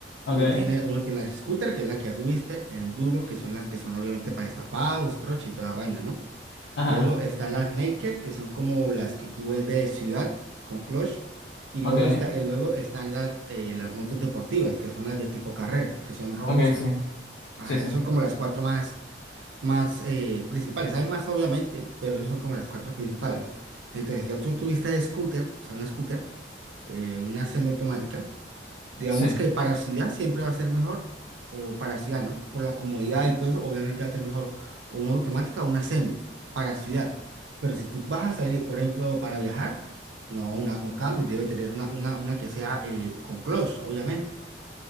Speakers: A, on the left (about 80°); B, on the right (about 85°).
A: Ok,
B: uno tiene, uno tiene las scooter, que es la que ya tuviste, el duro, que son las que son obviamente para destapados, troche y toda esa vaina, ¿no?
A: ajá,
B: Luego están las naked, que son como las que tú ves de ciudad con clutch. Y
A: ok.
B: luego, está, y luego están las, eh, las motos deportivas, que son las de tipo carrera, que son robustas.
A: Ok, sí,
B: Ajá,
A: sí, sí,
B: esas son como las cuatro más más eh, principales. Hay más, obviamente, pero esas son como las cuatro principales. Entonces, ya tú tuviste scooter, o sea, una scooter, eh, una semiautomática. Digamos
A: sí.
B: que para ciudad siempre va a ser mejor, o para ciudad, ¿no? Por la comodidad y todo eso, obviamente va a ser mejor. O una automática o una semi, para ciudad. Pero si tú vas a salir, por ejemplo, para viajar, no, una con cambios, debe tener una, una, una que sea eh, con clutch, obviamente.